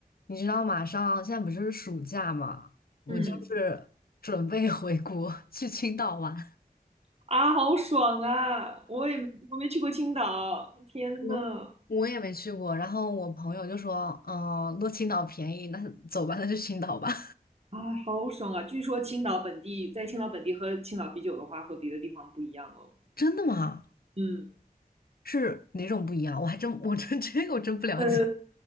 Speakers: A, on the left; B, on the right.
A: 你知道马上现在不是暑假嘛，我就是准备
B: 嗯，
A: <laughs> 回国去青岛玩。
B: 啊，好爽啊！我也没我没去过青岛，天呐，
A: 我我也没去过，然后我朋友就说，嗯，落青岛便宜，那走吧，那就青岛吧。
B: 啊，好爽啊！据说青岛本地在青岛本地喝青岛啤酒的话，和别的地方不一样哦。
A: <laughs> 真的吗？
B: 嗯，
A: 是哪种不一样？我还真我真 <laughs> 这个我真不了解。
B: 呃，